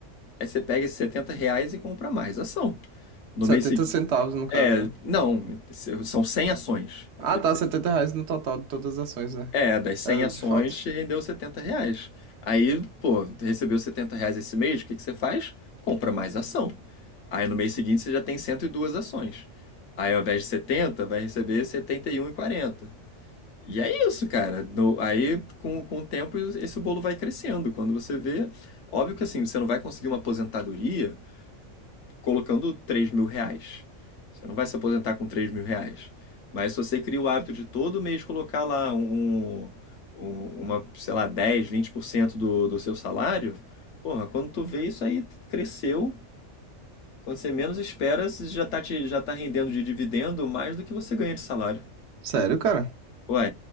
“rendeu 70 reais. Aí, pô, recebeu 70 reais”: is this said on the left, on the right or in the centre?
Left